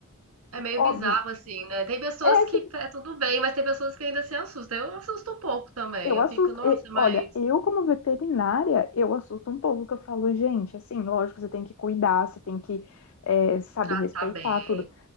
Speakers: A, on the right; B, on the left.
A: É meio
B: óbvio.
A: bizarro, assim, né? Tem pessoas
B: É,
A: que
B: cê-
A: tá, é tudo bem, mas tem pessoas que ainda se assustam. Eu assusto um pouco também.
B: eu
A: Eu
B: assusto.
A: fico, nossa,
B: e,
A: mas
B: olha, eu como veterinária, eu assusto um pouco, que eu falo, gente, assim, lógico, você tem que cuidar, você tem que, é, sabe,
A: tá
B: respeitar
A: tá bem.
B: tudo.